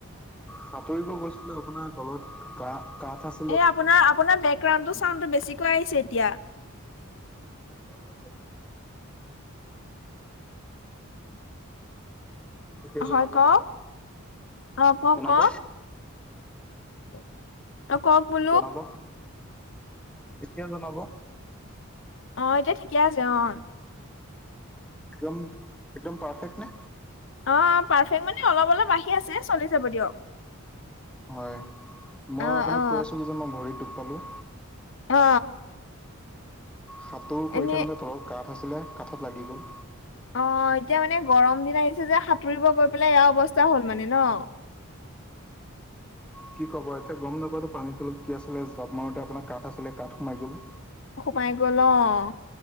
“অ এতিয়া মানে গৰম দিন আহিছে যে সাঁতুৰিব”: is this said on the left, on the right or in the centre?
Left